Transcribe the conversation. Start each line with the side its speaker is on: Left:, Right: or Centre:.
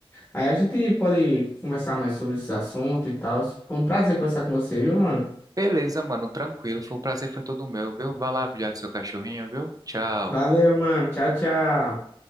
Left: aí a gente pode conversar mais sobre esses assuntos e tal. Foi um prazer conversar com você, viu, mano?
Right: beleza, mano. Tranquilo. Foi um prazer, foi todo meu, viu? Vai lá cuidar do seu cachorrinho, viu? Tchau.
Left: Valeu, mano. Tchau, tchau.